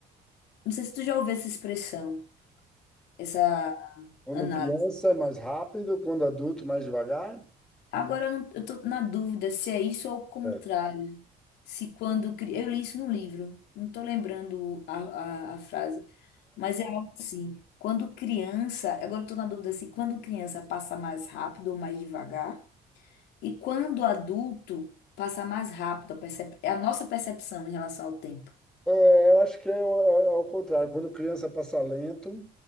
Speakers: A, on the left (about 80°); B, in the centre.
A: Não sei se tu já ouviu essa expressão, essa
B: Quando
A: análise.
B: criança é mais rápido, quando adulto mais devagar.
A: Agora eu, não, eu tô na dúvida se é isso ou o contrário.
B: É,
A: Se quando. cri- Eu li isso no livro, não tô lembrando a, a, a frase, mas é algo assim. Quando criança. Agora eu tô na dúvida se quando criança passa mais rápido ou mais devagar. E quando adulto passa mais rápido. A percep- é a nossa percepção em relação ao tempo.
B: É, eu acho que é, o- é, é o contrário. Quando criança passa lento,